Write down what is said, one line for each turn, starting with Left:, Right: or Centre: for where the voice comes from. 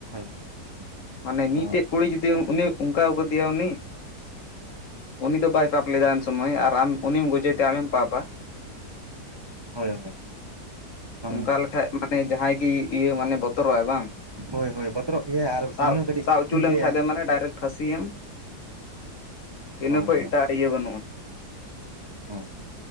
Right: ᱦᱳᱭ
Left: ᱢᱟᱱᱮ
Right: ᱟᱫᱚ
Left: ᱢᱤᱫᱴᱮᱡ ᱠᱩᱲᱤ ᱡᱩᱫᱤ ᱩᱱᱤ ᱚᱱᱠᱟᱣ ᱠᱟᱫᱮᱭᱟ ᱩᱱᱤ ᱩᱱᱤ ᱫᱚ ᱵᱟᱭ ᱯᱟᱯ ᱞᱮᱫᱟ ᱩᱱ ᱥᱚᱢᱳᱭ ᱟᱨ ᱟᱢ ᱩᱱᱤᱢ ᱜᱚᱡᱮᱛᱮ ᱟᱢᱮᱢ ᱯᱟᱯᱟ᱾
Right: ᱦᱳᱭ ᱦᱳᱭ ᱮᱠᱫᱚᱢ
Left: ᱚᱱᱠᱟ ᱞᱮᱠᱷᱟᱡ ᱢᱟᱱᱮ ᱡᱟᱦᱟᱸᱭ ᱜᱮ ᱤᱭᱟᱹ ᱢᱟᱱᱮ ᱵᱚᱛᱚᱨᱚᱜᱼᱟᱭ ᱵᱟᱝ᱾
Right: ᱦᱳᱭ ᱦᱳᱭ ᱵᱚᱛᱚᱨᱚᱜ ᱜᱮᱭᱟᱭ ᱟᱨ
Left: ᱥᱟᱵ
Right: ᱩᱱᱤ ᱦᱚᱸ ᱠᱟᱹᱴᱤᱡ
Left: ᱥᱟᱵ ᱦᱚᱪᱚ
Right: ᱪᱤᱱᱛᱟᱹᱭᱟᱭ
Left: ᱞᱮᱱᱠᱷᱟᱡ ᱫᱚ ᱢᱟᱱᱮ ᱰᱟᱭᱨᱮᱠᱴ ᱯᱷᱟᱥᱤᱭᱮᱢ ᱤᱱᱟᱹ
Right: ᱦᱳᱭ
Left: ᱠᱷᱚᱡ ᱮᱴᱟᱜ ᱤᱭᱟᱹ ᱵᱟᱹᱱᱩᱜᱼᱟ ᱾
Right: ᱦᱮᱸ